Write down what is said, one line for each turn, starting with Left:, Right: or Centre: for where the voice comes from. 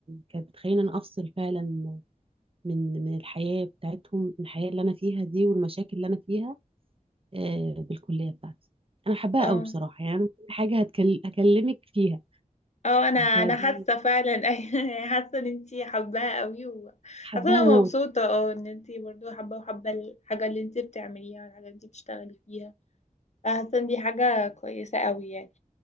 Right: كانت بتخليني إن انا افصل فعلا من من الحياه بتاعتهم من الحياه اللي انا فيها دي والمشاكل اللي انا فيها آه، بالكليه بتاعتي انا حباها
Left: اه
Right: قوي بصراحه يعني أنا كل حاجه هتكل- هكلمك فيها
Left: اه انا انا
Right: فدي
Left: حاسه فعلا <laughs> أيوة، يعني حاسه ان انتي حباها قوي و
Right: حباها
Left: حاسه انا
Right: موت
Left: مبسوطه اه ان انتي برضو حابه وحابه الحاجه اللي انتي بتعمليها والحاجه اللي انتي بتشتغلي فيها فحاسه ان دي حاجه كويسه قوي يعني